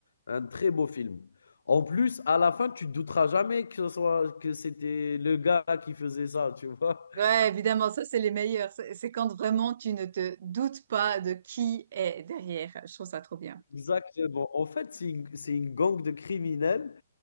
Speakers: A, on the left; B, on the right.
A: Un très beau film. En plus, à la fin, tu te douteras jamais que ce soit que c'était le gars qui faisait ça, tu vois?
B: Ouais, évidemment, ça, c'est les meilleurs. C'est c'est quand vraiment tu ne te doutes pas de qui est derrière. Je trouve ça trop bien.
A: Exactement. En fait, c'est une, c'est une gang de criminels